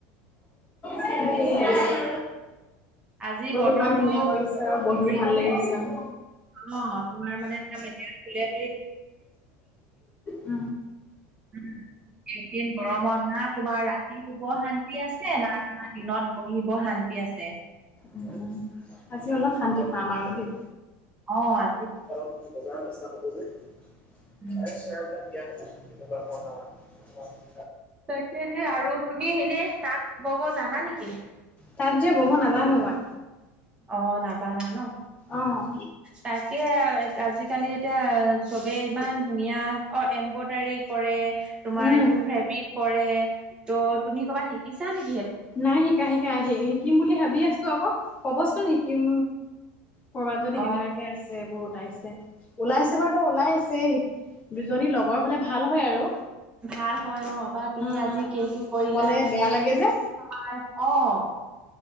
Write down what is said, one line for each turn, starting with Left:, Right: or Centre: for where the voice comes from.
Left: সেয়েহে
Right: আজি বতৰটো
Left: ইমান ধুনীয়া কৰিছে আৰু বহি
Right: <unintelligible>
Left: ভাল লাগিছে আৰু।
Right: সোমবাৰ মানে একদম <unintelligible> খোলে।
Left: <inaudible> উ।
Right: উ, এইকেদিন গৰমত না তোমাৰ ৰাতি শুব শান তি আছে, না তোমাৰ দিনত বহিব শান্তি আছে।
Left: উ, উ, আজি অলপ শান্তি পাম আৰু দেই।
Right: অ', আ
Left: <inaudible>
Right: উম
Left: <unintelligible>
Right: তাকেহে আৰু, তুমি এনে তাঁত বব জানা নিকি?
Left: তাঁত যে ব'ব নাজানো মই।
Right: অ', নাজানা ন!
Left: অ'।
Right: তাকেহে আ আজিকালি এতিয়া চবে ইমান ধুনীয়া অ', এমব্ৰডাৰী কৰে। তোমাৰ
Left: উম,
Right: এইবোৰ ফেব্ৰিক কৰে, ত' তুমি কবাত শিকিছা নি
Left: নাই শিকা শিকা, শিকিম বুলি ভাবি আছোঁ অ'ক, কবচোন শিকিম ক'ৰবাত যদি
Right: অ
Left: কেনেবাকে আছে, এইবোৰ ওলাইছে। ওলাইছে বাৰু তো ওলাইছে শিক, দুজনী লগৰ হ'লে ভাল হয় আৰু।
Right: ভাল হয় অ', বা তুমি
Left: উম,
Right: আজি
Left: উম।
Right: কিটো কৰিলা,
Left: অকলে বেয়া লাগে যে।
Right: তোমাৰ অ'।